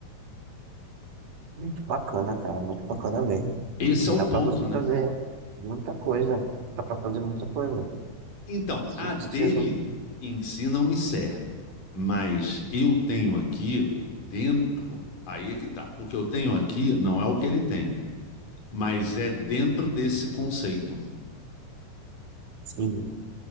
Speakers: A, on the right; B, on the left.
A: Muito bacana, cara, muito bacana mesmo.
B: Esse é
A: Dá
B: o ponto,
A: pra você
B: né?
A: fazer muita coisa. Dá pra fazer muita coisa.
B: Então,
A: sim
B: a dele
A: se a gente,
B: em si não me serve, mas eu tenho aqui dentro, aí é que tá. O que eu tenho aqui não é o que ele tem, mas é dentro desse conceito.
A: sim,